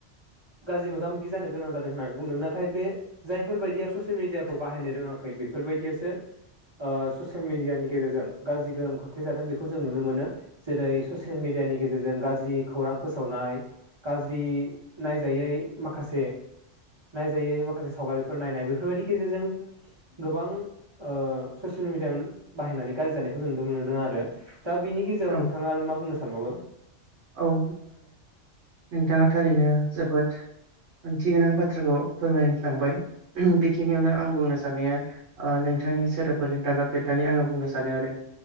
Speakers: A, on the right (about 30°); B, on the right (about 65°).
A: गाज्रि मोगा मोगि जानो गोनां जादों होननानै बुंदों नाथाय बे जायफोरबायायदिया ससियेल मेडियाखौ बाहायनो रोंङाखै बेफोरबायदियासो ससियेल मेडियानि गेजेरजों गाज्रि गोहोम खोख्लैजादों बेखौ जों नुनो मोनो जेरै ससियेल मेडियानि गेजेरजों गाज्रि खौरां फोसावनाय गाज्रि नायजायै माखासे नायजायै माखासे सावगारिफोर नायनाय बेफोरबायदि गेजेरजों गोबां ससियेल मिडिया बाहायनानै गाज्रि जानायखौ जों नुनो मोनो आरो दा बिनि गेजेराव
B: औ
A: नोंथाङा आरो मा बुंनो सानबाबो?
B: औ ओ नोंथाङा थारैनो जोबोद ओंथि गोनां बाथ्राखौ फोरमायलांबाय बेखिनियावनो आं बुंनो साननाया नोंथांनि सोदोबफोरजों दागाबदेरनानै आंङो बुंनो सानो आरो